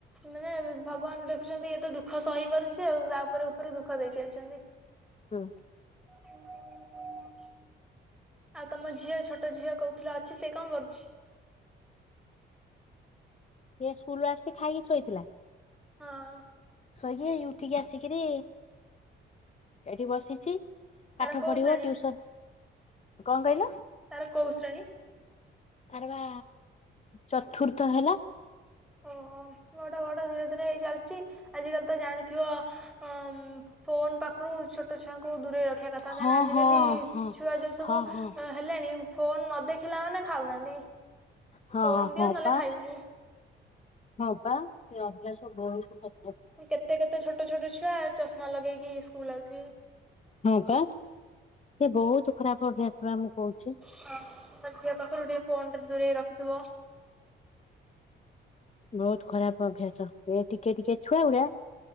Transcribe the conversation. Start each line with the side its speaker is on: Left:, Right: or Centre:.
Centre: ମାନେ ଭଗବାନ ଦେଖୁଛନ୍ତି ଇଏ ତ ଦୁଃଖ ସହି ପାରୁଛି, ଆଉ ତା ଉପରେ ଉପରେ ଦୁଃଖ ଦେଇ ଚାଲିଛନ୍ତି।
Left: ହୁଁ।
Centre: ହ <inaudible> ଆଉ ତମ ଝିଅ ଛୋଟ ଝିଅ କହୁଥିଲଅଛି। ସେ କଣ କରୁଛି?
Left: ସେଏ ସ୍କୁଲୁ ଆସି ଖାଇକି ଶୋଇଥିଲା।
Centre: ହଁ।
Left: ଶୋଇକି, ଉଠିକି ଆସିକିରି ଏଠି ବସିଛି।
Centre: ତାର
Left: ପାଠ
Centre: କୋଉ
Left: ପଢିବ,
Centre: ଶ୍ରେଣୀ
Left: ଟୁସନ କଣ କହିଲ?
Centre: ତାର କୌଶ୍ରଣୀ?
Left: ଆର ବା ଚତୁର୍ଥ ହେଲା।
Centre: ଓ ବଡ ବଡ ଧୀରେ ଧୀରେଇ ଚାଲିଛି ଆଜିକାଲି ତ ଜାଣିଥିବ ଅ ଫୋନ୍ ପାଖରୁ ଛୋଟ ଛୁଆଙ୍କୁ ଦୂରେଇ ରଖ ରଖିବାକଥା କାହିଁକିନା
Left: ହଁ
Centre: ଆଜଜିିକାଲି
Left: ହଁ ହଁ
Centre: ଛୁଆ ଯୋଉ ସବୁ
Left: ହଁ ହଁ
Centre: ହେଲେଣି ଫୋନ ନ ଦେଖିଲା ମାନେ ଖାଉନାହାନ୍ତି।
Left: ହଁ
Centre: ଫୋନ ଦିଅ
Left: ହଁ
Centre: ନହେଲେ
Left: ବା
Centre: ଖାଇବୁନୁ
Left: ହଁ ବା ସେ ଅଭ୍ୟାସ ବହୁ
Centre: କେତେ କେତେ ଛୋଟ ଛୋଟ ଛୁଆ ଚଷମା ଲଗେଇକି ସ୍କୁଲ ଆଉଥିବେ।
Left: ହଁ ବା, ସେ ବହୁତ ଖରାପ ଅଭା ଥିବା ମୁଁ କହୁଛି।
Centre: ହଁ ମୋ ଝିଅ ପାଖରୁ ଟିକେ ଫୋନ୍ ଟା ଦୂରେଇ ରଖିଥିବ।
Left: ବହୁତ ଖରାପ ଅଭ୍ୟାସ ଏ ଟିକେ ଟିକେ ଛୁଆ ଗୁରା।